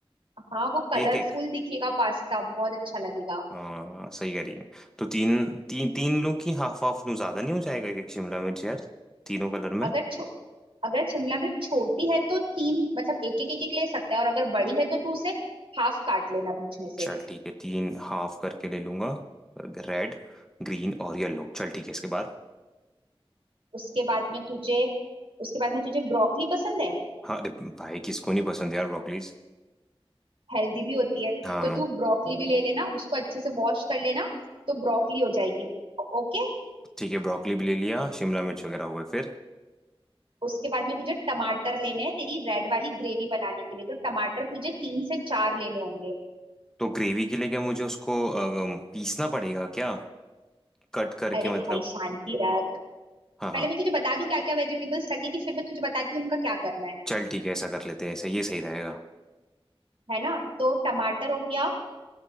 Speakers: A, on the right; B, in the centre.
A: हाँ वो कलरफुल
B: एक एक
A: दिखेगा पास्ता बहुत अच्छा लगेगा
B: हाँ सही कह रही है तो तीन तीन तीन लू की हाफ हाफ लू ज्यादा नहीं हो जाएगा एक एक शिमला मिर्च यार तीनों कलर में
A: अगर छो, अगर शिमला मिर्च छोटी है तो तीन मतलब एक एक एक एक ले सकता है और अगर बड़ी है तो तू उसे हाफ काट लेना बीच में से
B: चल ठीक है तीन हाफ करके ले लूंगा रेड ग्रीन और येलो चल ठीक है इसके बाद
A: उसके बाद में तुझे उसके बाद में तुझे ब्रोकली पसंद है
B: हाँ अरे भाई किसको नहीं पसंद यार ब्रोकलीज
A: हेल्दी भी होती है
B: हाँ
A: तो तू ब्रोकली भी ले लेना उसको अच्छे से वॉश कर लेना तो ब्रोकली हो जाएगी ओके
B: ठीक है ब्रोकली भी ले लिया शिमला मिर्च वगैरह हो गए फिर
A: उसके बाद में तुझे टमाटर लेने हैं तेरी रेड वाली ग्रेवी बनाने के लिए तो टमाटर तुझे तीन से चार लेने होंगे
B: तो ग्रेवी के लिए क्या मुझे उसको अ, पीसना पड़ेगा क्या कट करके
A: अरे
B: मतलब
A: भाई शांति रख
B: हाँ हाँ
A: पहले मैं तुझे बता दूं क्या क्या वेजिटेबल्स लगेगी फिर मैं तुझे बताती हूँ उनका क्या करना है
B: चल ठीक है ऐसा कर लेते हैं ऐसा ये सही रहेगा
A: है ना तो टमाटर हो गया